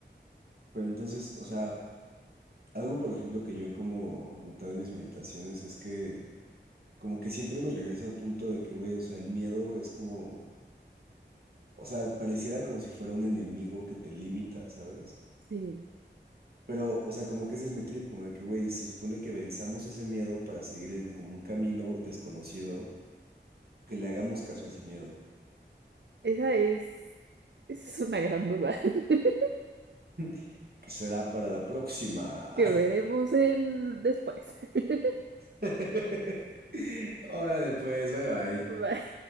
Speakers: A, on the right; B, on the right.
A: Pero entonces, o sea, algo por ejemplo que yo he como notado en mis meditaciones es que como que siempre me regresa al punto de que, güey, o sea, el miedo es como, o sea, pareciera como si fuera un enemigo que te limita, ¿sabes?
B: Sí,
A: Pero, o sea, como que ese es mi trip, como de que, güey, se supone que venzamos ese miedo para seguir en como un camino desconocido, que le hagamos caso a ese miedo,
B: esa es, esa es una gran duda <laughs>
A: <laughs> que será para la próxima.
B: que veremos en después. <laughs>
A: <laughs> Órale, pues, bye bye.
B: Bye.